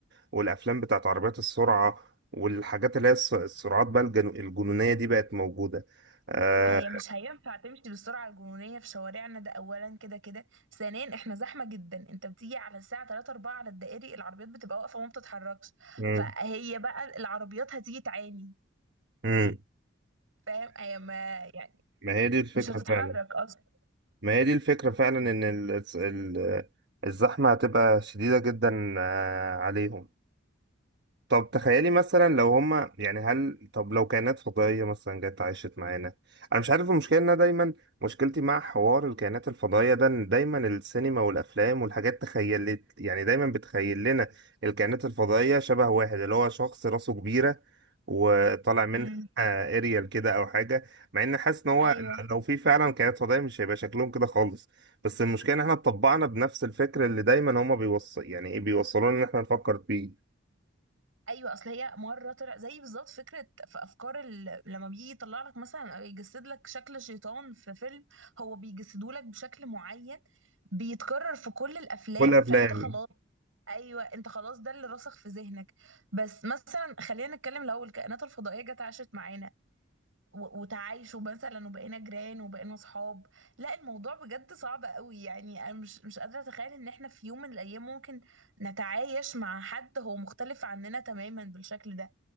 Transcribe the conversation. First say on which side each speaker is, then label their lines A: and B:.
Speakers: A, on the right; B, on the right.
A: والافلام بتاعت عربيات السرعه والحاجات اللي هي الس- السرعات بقى الجنو... الجنونيه دي بقت موجوده آه...
B: هي مش هينفع تمشي بالسرعة الجنونية في شوارعنا ده أولا كده كده ثانيا احنا زحمة جدا انت بتيجي على الساعة 3 4 على الدائري العربيات بتبقى واقفة وما بتتحركش
A: مم.
B: فهي بقى العربيات هتيجي تعاني
A: مم.
B: فاهم هي ما يعني
A: ما هي دي الفكره
B: مش هتتحرك
A: فعلا
B: أصلا
A: ما هي دي الفكرة فعلا إن ال- الس- ال- الزحمة هتبقى شديدة جدا آه، عليهم طب تخيلي مثلا لو هما يعني هل طب لو كائنات فضائية مثلا جت عاشت معانا أنا مش عارف المشكلة إن أنا دايما مشكلتي مع حوار الكائنات الفضائية ده إن دايما السينما والأفلام والحاجات تخيلت يعني دايما بتخيل لنا الكائنات الفضائية شبه واحد اللي هو شخص راسه كبيرة وطالع منها
B: امم
A: <laughs> اريال كده أو حاجة مع إن حاسس إن هو
B: ايوه
A: لو في فعلا كائنات فضائية مش هيبقى شكلهم كده خالص بس المشكلة إن إحنا اتطبعنا بنفس الفكر اللي دايما هما بيوصل يعني إيه بيوصلونا إن إحنا نفكر فيه
B: ايوه اصل هي مره طلع زي بالظبط فكره في افكار ال... لما بيجي يطلع لك مثلا او يجسد لك شكل شيطان في فيلم هو بيجسده لك بشكل معين بيتكرر في كل الافلام
A: كل افلام
B: فانت خلاص ايوه انت خلاص ده اللي راسخ في ذهنك بس مثلا خلينا نتكلم لو الكائنات الفضائيه جت عاشت معانا و- وتعايشوا مثلا وبقينا جيران وبقينا صحاب لا الموضوع بجد صعب قوي يعني انا مش مش قادره اتخيل ان احنا في يوم من الايام ممكن نتعايش مع حد هو مختلف عننا تماما بالشكل ده